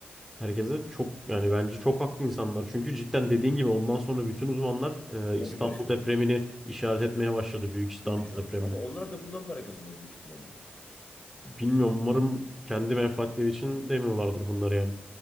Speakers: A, in the centre; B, on the left.
A: Herkese çok yani bence çok haklı insanlar. Çünkü cidden dediğin gibi ondan sonra bütün uzmanlar e,
B: Hobi
A: İstanbul
B: başladı.
A: depremini işaret etmeye başladı. Büyük İstanbul
B: Tabii canım.
A: depremini.
B: Ama onlar da bundan para kazanıyor büyük ihtimalle.
A: Bilmiyorum umarım kendi menfaatleri için demiyorlardır bunları yani.